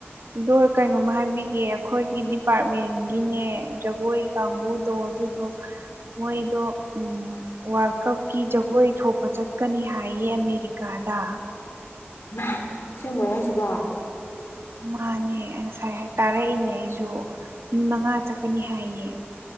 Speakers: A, on the right; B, on the left.
A: ꯑꯗꯣ ꯀꯩꯅꯣꯝꯃ ꯍꯥꯏꯕꯤꯒꯦ ꯑꯩꯈꯣꯏꯒꯤ ꯗꯤꯄꯥꯔꯠꯃꯦꯟꯒꯤꯅꯦ ꯖꯒꯣꯏ ꯀꯥꯡꯕꯨꯗꯣ ꯑꯗꯨꯗꯣ ꯃꯣꯏꯗꯣ ꯎꯝ ꯋꯥꯔꯜ ꯀꯞꯀꯤ ꯖꯒꯣꯏ ꯊꯣꯛꯄ ꯆꯠꯀꯅꯤ ꯍꯥꯏꯌꯦ ꯑꯃꯦꯔꯤꯀꯥꯗ ꯗꯗꯥ
B: ꯏꯃ ꯁꯦꯝꯦꯡꯃꯨꯔꯦ ꯍꯥꯏꯁꯤꯕ
A: ꯃꯥꯅꯦ ꯉꯁꯥꯏ ꯇꯥꯔꯛꯏꯅꯦ ꯑꯩꯁꯨ ꯃꯤ ꯃꯉꯥ ꯆꯠꯀꯅꯤ ꯍꯥꯏꯌꯦ